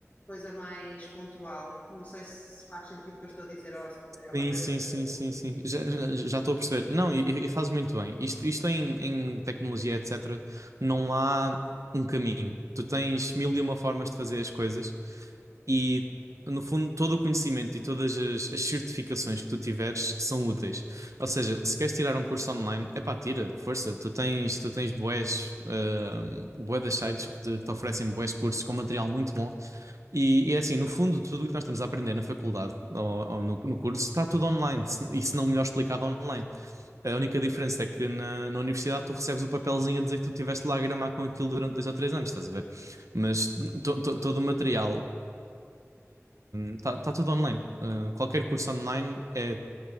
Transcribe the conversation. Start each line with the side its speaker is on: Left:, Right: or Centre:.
Left: coisa mais pontual. Não sei se faz sentido o que eu estou a dizer ou se é uma
Right: Sim,
Left: perda
Right: sim,
Left: de
Right: sim,
Left: tempo.
Right: sim, sim. Já, já, já estou a perceber. Não, e, e fazes muito bem. Isto, isto em, em tecnologia, etc., não há um caminho. Tu tens mil e uma formas de fazer as coisas e, no fundo, todo o conhecimento e todas as, as certificações que tu tiveres são úteis. Ou seja, se queres tirar um curso online, epá, tira, força. Tu tens, tu tens bués, ah, bué das sites que te, que te oferecem bués cursos com material muito bom e, e é assim, no fundo, tudo o que nós estamos a aprender na faculdade ou, ou no, no curso está tudo online, se- e se não melhor explicado online. A única diferença é que na, na universidade tu recebes o papelzinho a dizer que tu estiveste lá a gramar com aquilo durante dois ou três anos, estás a ver? Mas to- to- todo o material está tudo online. Ah, qualquer curso online é,